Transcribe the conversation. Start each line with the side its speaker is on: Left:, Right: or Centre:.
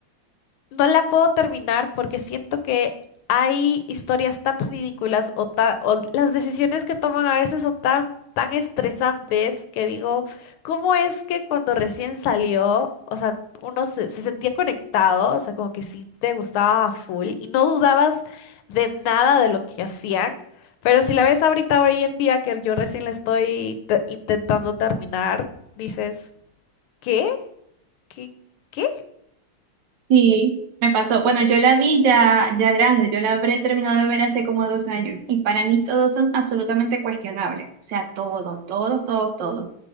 Left: No la puedo terminar porque siento que hay historias tan ridículas o, ta- o las decisiones que toman a veces son tan, tan estresantes que digo, ¿cómo es que cuando recién salió, o sea, uno se, se sentía conectado, o sea, como que sí te gustaba a full y no dudabas de nada de lo que hacían? Pero si la ves ahorita, hoy en día, que yo recién la estoy te- intentando terminar, dices, ¿qué? ¿Qué? ¿Qué?
Right: Sí, me pasó. Bueno, yo la vi ya, ya grande, yo la habré terminado de ver hace como dos años y para mí todos son absolutamente cuestionables, o sea, todos, todos, todos, todos.